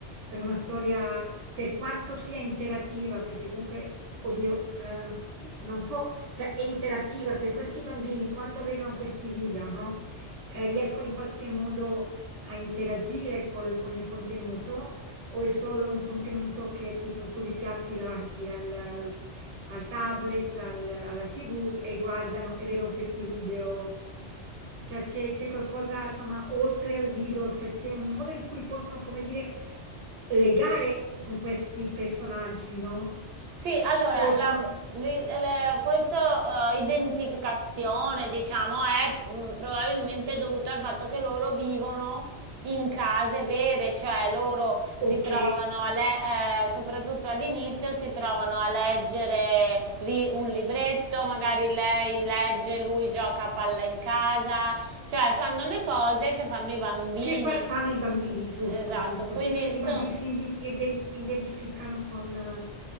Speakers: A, on the right (about 80°); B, on the right (about 65°).
A: per una storia, per quanto sia interattiva, perché comunque, oddio, eh, non so, cioè è interattiva, cioè questi bambini quando vedono questi video, no? Eh, riescono in qualche modo a interagire col- con il contenuto o è solo un contenuto che tipo tu li piazzi davanti al, al- al tablet, al- alla TV e guardano e vedono questi video? Cioè c'è c'è qualcosa, insomma, oltre al video, cioè c'è un modo in cui possono, come dire, legare con questi personaggi, no?
B: Sì, allora,
A: O sono
B: la- le- le- questa eh, identificazione, diciamo, è mh, probabilmente dovuta al fatto che loro vivono in case vere, cioè loro si
A: ok,
B: trovano, a le- eh, soprattutto all'inizio, si trovano a leggere lì un libretto, magari lei legge, lui gioca a palla in casa, cioè fanno le cose che fanno i bambini.
A: che fa- fanno i bambini, giusto,
B: Esatto,
A: giusto.
B: quindi
A: Sì, quindi
B: sono...
A: i bambini si indi- iden- identificano con, eh,